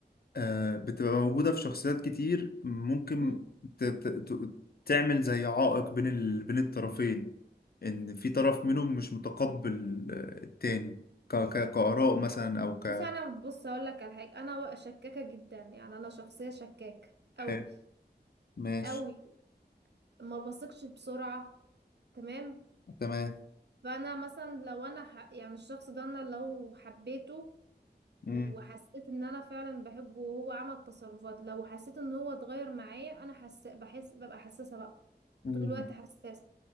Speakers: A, on the left; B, on the right.
A: آه، بتبقى موجودة في شخصيات كتير ممكن
B: مم.
A: ت- ت- ت- تعمل زي عائق بين ال... بين الطرفين إن في طرف منهم مش متقبل آه، التاني ك... ك... كآراء مثلا أو ك
B: بس انا بص اقول لك على حاجة انا شكاكة جدا يعني انا شخصية شكاكة قوي
A: حلو ماشي
B: قوي ما بثقش بسرعة تمام
A: تمام
B: فانا مثلا لو انا ح... يعني الشخص ده انا لو حبيته
A: مم.
B: وحسيت ان انا فعلا بحبه وهو عمل تصرفات لو حسيت ان هو اتغير معايا انا حس... بحس ببقى حساسة بقى
A: مم.
B: طول الوقت حساسة